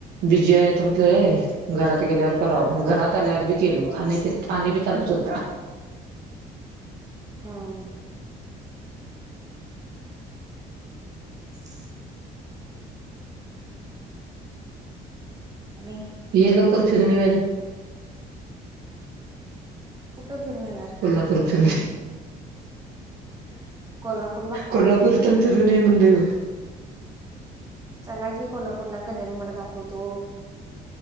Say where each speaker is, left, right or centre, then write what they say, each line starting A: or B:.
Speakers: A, on the right; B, on the right.
A: बिझी आहे तर म्हटलं हे. घरात गेल्यावर करावं मग घरात आल्यावर बी केलो आणि बी चालूच होत.
B: हम्म. <inaudible>
A: <unintelligible>
B: आणि
A: ये लवकर फिरून येऊया ग. <inaudible>
B: कुठं फिरून येणार?
A: कोल्हापूर चल,
B: कोल्हापूरला
A: कोल्हा पूर तेन फिरून ये म्हणलं येऊ.
B: चला की कोल्हापूर ला कनेरी मठ दाखवतो.